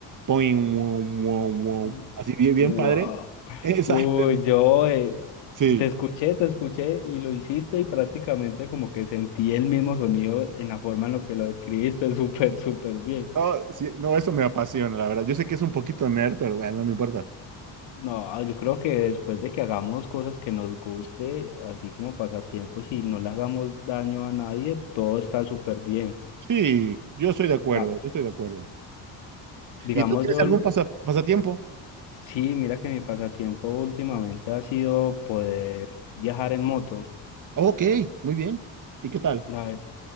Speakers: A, on the right (about 45°); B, on the left (about 80°).
A: poing, wow, wow, wow,
B: Mm.
A: así bien, bien
B: Wow.
A: padre. <laughs> Exacto.
B: Uy, yo eh,
A: Sí.
B: te escuché, te escuché y lo hiciste y prácticamente como que sentí el mismo sonido en la forma en lo que lo describiste, <laughs> súper, súper bien.
A: No, sí, no, eso me apasiona, la verdad. Yo sé que es un poquito nerd, pero bueno, no me importa.
B: No, yo creo que después de que hagamos cosas que nos guste, así como pasatiempos, y no le hagamos daño a nadie, todo está súper bien.
A: Sí, yo estoy de acuerdo,
B: Ca-
A: yo estoy de acuerdo.
B: Digamos
A: ¿Y tú tienes
B: yo,
A: algún pasa- pasatiempo?
B: sí, mira que mi pasatiempo últimamente ha sido poder viajar en moto.
A: Ok, muy bien. ¿Y qué tal?
B: La ver-